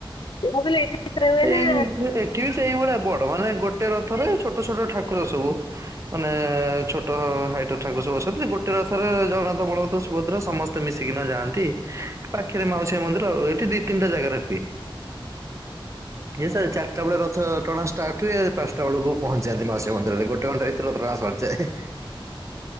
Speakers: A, on the left; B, on the right.
A: ମୁଁ କହିଲି ଏଠି ହୁଏ
B: ସେଇ
A: ନା
B: ଏଠି ସେଇ ଭଳିଆ ବଡ ମାନେ ଗୋଟେ ରଥରେ ଛୋଟ ଛୋଟ ଠାକୁର ସବୁ ମାନେ ଛୋଟ ହାଇଟ ଠାରୁ ସବୁ ଅଛନ୍ତି ଗୋଟେ ରଥରେ ଜଗନ୍ନାଥ ବଳଭଦ୍ର ସୁଭଦ୍ରା ସମସ୍ତେ ମିଶିକିନା ଯାଆନ୍ତି ପାଖରେ ମାଉସୀ ମନ୍ଦିର ଆଉ ଏଇଠି ଦି ତିନିଟା ଜାଗାରେ ହୁଏ। ଏ ସାର୍ ଚାରିଟା ବେଳେ ରଥ ଟଣା ଷ୍ଟାର୍ଟ ହୁଏ ପା ସେ ବେଳକୁ ପହଞ୍ଚି ଯାନ୍ତି ମାସ ମନ୍ଦିରରେ ଗୋଟେ ଘଣ୍ଟା ଭିତରେ ତାସ ସୂଚାଏ।